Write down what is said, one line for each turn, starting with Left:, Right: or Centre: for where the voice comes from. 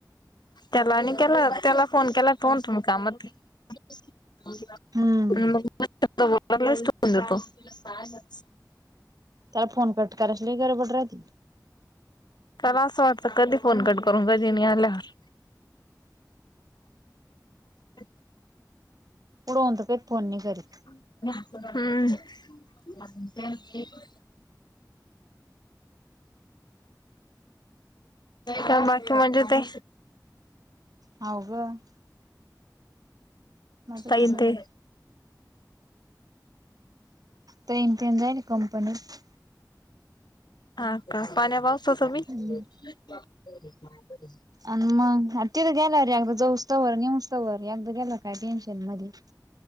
Left: त्याला आणि केला त्याला फोन केला तो म्हणतो मी कामात आहे. <unintelligible>
Right: हम्म
Left: <unintelligible>
Right: त्याला फोन कट करायची लई गडबड राहती.
Left: त्याला अस वाटत कधी फोन कट करू कधी नि आल्यावर. <unintelligible>
Right: पुढे होऊन तर कधी फोन नाही करीत.
Left: हम्म
Right: हो
Left: कामात
Right: का
Left: म्हणजे ते
Right: हाव ग मजेत
Left: ताईन
Right: आहे सगळे
Left: ते
Right: ताईन तेन जाईलये कंपनीत.
Left: हा का पाण्या -पाऊसाचबी.
Right: हम्म
Left: <unintelligible>
Right: आणि मग तिथ गेल्यावर एकदा जाऊसतंवर नेऊसतवर एकदा गेल काय टेन्शन मध्ये